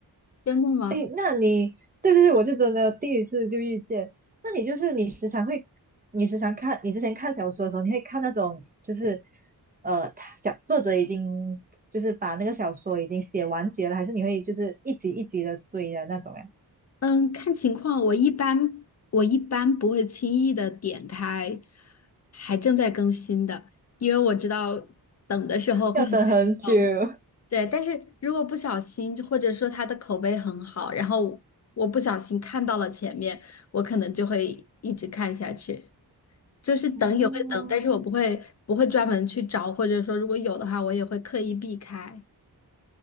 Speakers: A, on the left (about 45°); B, on the right (about 25°).
A: 真的吗？
B: 诶，那你对对对，我就真的第一次就遇见。那你就是你时常会，你时常看，你之前看小说的时候，你会看那种就是，呃，他讲作者已经就是把那个小说已经写完结了，还是你会就是一集一集的追的那种呀？
A: 嗯，看情况，我一般我一般不会轻易的点开还正在更新的，因为我知道等的时候会很难受。
B: 要等很久。<laughs>
A: 对，但是如果不小心，或者说它的口碑很好，然后我不小心看到了前面，我可能就会一直看下去。就是等也会等，
B: 哦，
A: 但是我不会不会专门去找，或者说如果有的话，我也会刻意避开。